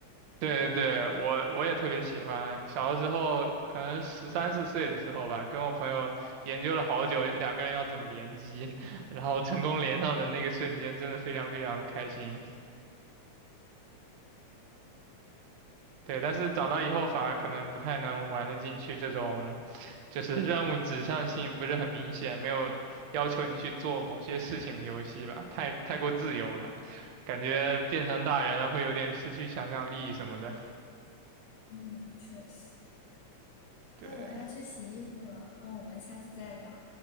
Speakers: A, on the right (about 70°); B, on the left (about 70°).
A: 对对对，我我也特别喜欢。小的时候，可能十三四岁的时候吧，跟我朋友研究了好久，两个人要怎么联机，然后成功连上的那个瞬间，真的非常非常的开心。对，但是长大以后反而可能不太能玩得进去这种，就是任务指向性不是很明显，没有要求你去做某些事情的游戏吧，太太过自由了，感觉变成大人了会有点失去想象力什么的。
B: 嗯，确实。
A: 对，
B: 哦，我要去洗衣服了，那我们下次再聊，